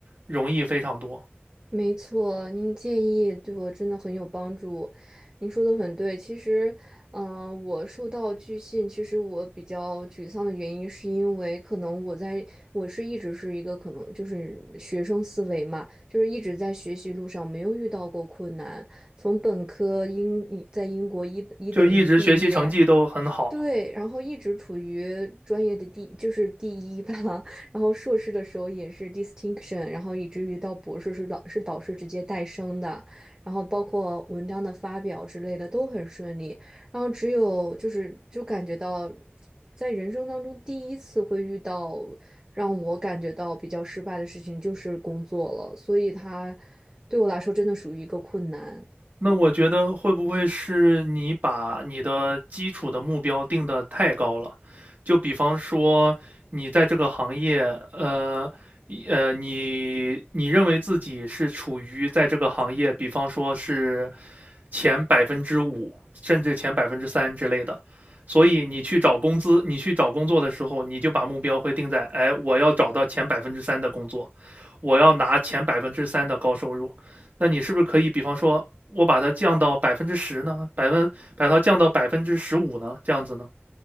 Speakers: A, on the right; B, on the right.
A: 容易非常多，
B: 没错，您建议对我真的很有帮助。您说的很对，其实，呃，我受到拒信，其实我比较沮丧的原因，是因为可能我在我是一直是一个可能就是学生思维嘛，就是一直在学习路上没有遇到过困难，从本科英在英国一一等一毕业。
A: 就一直学习成绩都很好。
B: 对，然后一直处于专业的第，就是第一吧。<laughs> 然后硕士的时候也是 distinction，然后以至于到博士是导是导师直接带生的，然后包括文章的发表之类的都很顺利。然后只有就是就感觉到，在人生当中第一次会遇到让我感觉到比较失败的事情，就是工作了。所以它对我来说真的属于一个困难。
A: 那我觉得会不会是你把你的基础的目标定得太高了？就比方说，你在这个行业，呃，一呃，你你认为自己是处于在这个行业，比方说是前百分之五，甚至前百分之三之类的，所以你去找工资，你去找工作的时候，你就把目标会定在，哎，我要找到前百分之三的工作，我要拿前百分之三的高收入。那你是不是可以，比方说，我把它降到百分之十呢？百分把它降到百分之十五呢？这样子呢，